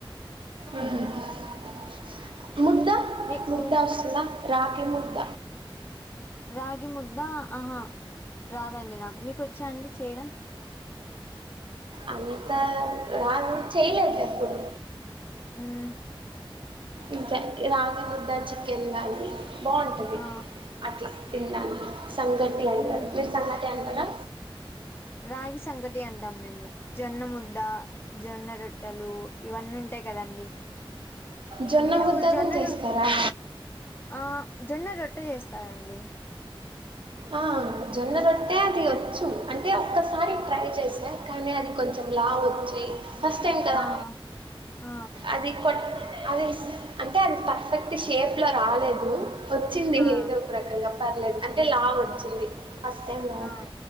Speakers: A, on the right; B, on the left.
A: ఉహు ముద్ద
B: మీకు
A: ముద్ద వస్తదా రాకిీ ముద్ద
B: రాగి ముద్ద ఆహా రాదండి నాకు మీకు వచ్చాండి చేయడం
A: అంత రాదు చేయలేదు ఎప్పుడు
B: హ్మ్ ఉ
A: ఇంత రాగి ముద్దా చికెన్ కానీ బాగుంటది
B: ఆ
A: అట్లా తిండానికి సంగటి అంటారు.
B: ఉమ్
A: మీరు సంగటి అంటారా
B: రాగి సంగాటి అంటాం మేము జొన్నం వద్ద జొన్న రొట్టెలు ఇవన్నీ ఉంటాయి కదండి
A: జొన్న
B: మీరు
A: ముద్ద
B: జొన్న
A: కూడా చేస్తారా
B: రొ ఆ జొన్న రొట్ట చేస్తారంండి
A: ఆ జొన్న రొట్టే అది వచ్చు అంటే ఒక్కసారి ట్రై చేసా కానీ అది కొంచెం లావు వచ్చియి ఫస్ స్టైండ్ కదా
B: ఆ ఆ
A: అది కొట్ అది అంటే అది పర్ఫెక్ట్ షేప్ లో రాలేదు వచ్చింది
B: ఆ
A: ఏదో ఒక రకంగా పర్లేదు అంటే లా వచ్చది ఫస్ట్ టైం బంది
B: ఆ